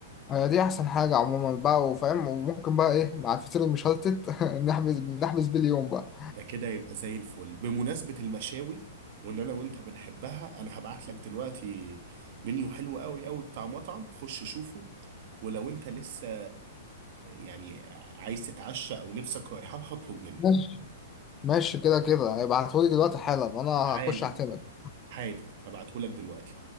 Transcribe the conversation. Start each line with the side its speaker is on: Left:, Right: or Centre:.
Left: هي دي احسن حاجه عموما بقى وفاهم وممكن بقى ايه مع الفطير المشلتت <laughs> نحبس نحبس بيه اليوم بقى
Right: ده كده يبقى زي الفل بمناسبة المشاوي وان انا وانت بنحبها انا هبعت لك دلوقتي منيو حلو قوي قوي بتاع مطعم خش شوفه ولو انت لسه يعني عايز تتعشى او نفسك رايحة لها اطلب منه
Left: ماشي ماشي كده كده ابعتهولي دلوقتي حالا انا هخش
Right: حالا
Left: اعتمد
Right: حالا هبعته لك دلوقتي